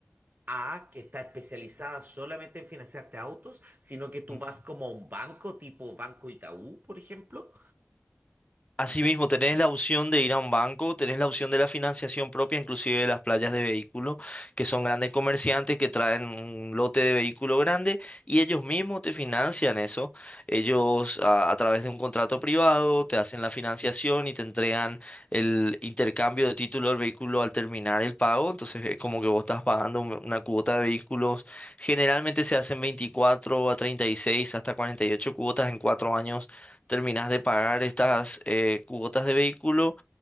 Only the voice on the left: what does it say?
ujú.
Asimismo, tenés la opción de ir a un banco, tenés la opción de la financiación propia, inclusive de las playas de vehículos, que son grandes comerciantes que traen un lote de vehículo grande y ellos mismos te financian eso. Ellos a, a través de un contrato privado te hacen la financiación y te entregan el intercambio de título del vehículo al terminar el pago. Entonces es como que vos estás pagando un- una cuota de vehículos. Generalmente se hacen 24 a 36 hasta 48 cuotas en cuatro años terminas de pagar estas eh, cuotas de vehículo